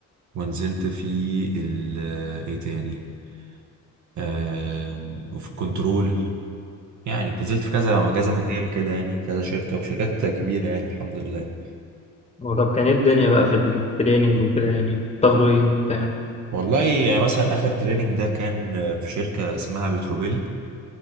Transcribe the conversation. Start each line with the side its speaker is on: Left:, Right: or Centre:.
Right: ونزلت في ال- ايه تاني آم، وفي الكنترول يعني نزلت في كذا كذا مجال كده يعني كذا شركة وشركات كبيرة يعني الحمد لله
Left: هو طب كان ايه الدنيا بقى في التريننج وكده يعني بتاخدوا ايه وبتاع
Right: والله يعني مثلا آخر تريننج ده كان آه، في شركة اسمها بتروبيل